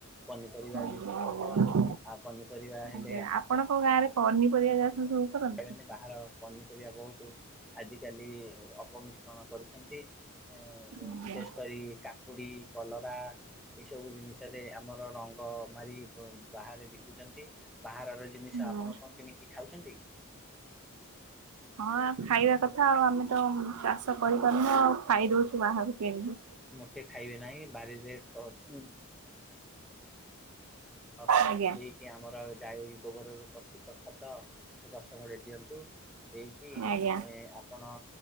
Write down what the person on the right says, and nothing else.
ଆଜ୍ଞା
ଆଜ୍ଞା
ଆଜ୍ଞା ଆପଣଙ୍କ ଗାଁରେ ପନିପରିବା ଚାଷ ସବୁ କରନ୍ତି?
ଆଜ୍ଞା
ହୁଁ।
ହଁ ଖାଇବା କଥା ଆଉ ଆମେ ତ ଚାଷ କରିପାରୁନୁ ଆଉ ଖାଇଦଉଛୁ ବାହାରଘକୁ କିଣିକି।
ଆଜ୍ଞା
ଆଜ୍ଞା